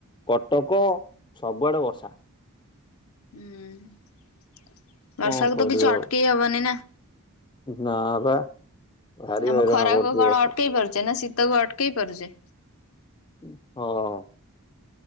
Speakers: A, on the left; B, on the left.
A: କଟକ ସବୁଆଡେ ବର୍ଷା।
B: ହୁଁ
A: କଣ
B: ବର୍ଷାକୁ
A: କରିବ
B: ତ କିଛି ଅଟକେଇ
A: ଆଉ?
B: ହବନି ନା।
A: ନା ବା। ଭାରି
B: ଆମ
A: ହଇରାଣ
B: ଖରାକୁ
A: କରୁଛି
B: କଣ
A: ବର୍ଷା
B: ଅଟକେଇ ପାରୁଛେ ନା ଶୀତକୁ ଅଟକେଇ ପାରୁଛେ।
A: ହଁ।